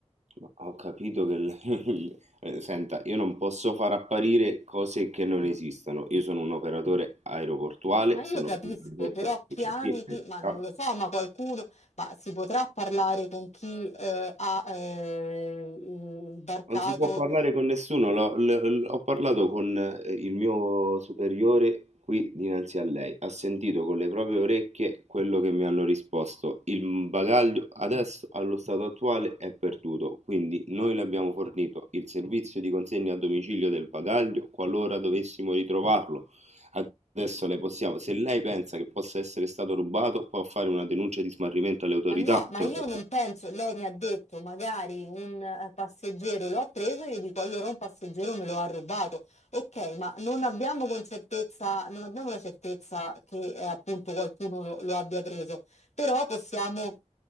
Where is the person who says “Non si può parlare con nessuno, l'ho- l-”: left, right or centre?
Right